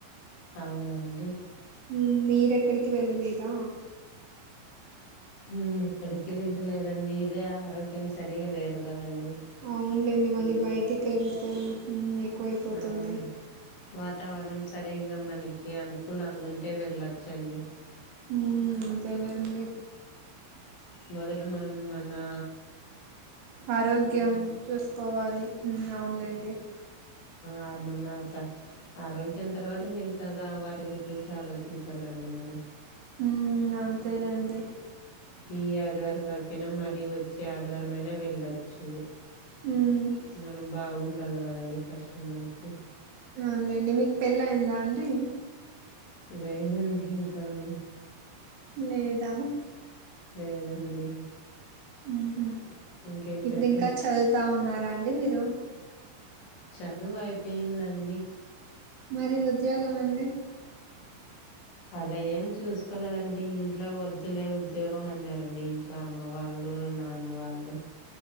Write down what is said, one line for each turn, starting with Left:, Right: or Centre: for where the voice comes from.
Left: అవునండి
Right: ఉమ్మ్ మీరెక్కడికి వెళ్ళలేదా
Left: మేము ఎక్కడికి వెళ్ళలేదండి ఇదే ఆరోగ్యం సరిగా లేదు గదండి
Right: అవునులేండి మళ్ళీ బయటికి ఏళ్తే ఎక్కువయిపోతుంది
Left: ఆ వాతావరణం సరిగా మనకి అనుకూలంగా ఉంటే వెళ్ళోచ్చండి
Right: మ్మ్ అంతేలేండి
Left: మొదట మనం మనా
Right: ఆరోగ్యం చూసుకోవాలి మ్ అవునులేండి
Left: ఆ అమర్నాతా ఆరోగ్యం తర్వాత మిగతా వాటి గురించి ఆలోచించాలండి మనం
Right: మ్మ్ అంతేలేండి
Left: ఈ ఆదివారం కాకపోయినా మరీ వచ్చే ఆదివారం అయినా వెళ్ళోచ్చు
Right: మ్
Left: మనం బాగుండాల గదండీ ఫస్ట్ మనకి
Right: అవునులేండి మీకు పెళ్ళి అయిందా అండి
Left: లేదండి ఇంకాను
Right: లేదా
Left: లేదండి
Right: ఉహు
Left: ఇంకేంటండి
Right: ఇప్పుడు ఇంకా చదువుతా ఉన్నారా అండి మీరు
Left: చదువైపోయిందండి
Right: మరి ఉద్యోగం అండి
Left: అలా ఏం చూసుకోలేదండి ఇంట్లో వద్దులే ఉద్యోగం అన్నారండి ఇం నా అమ్మ వాళ్ళు నాన్న వాళ్ళు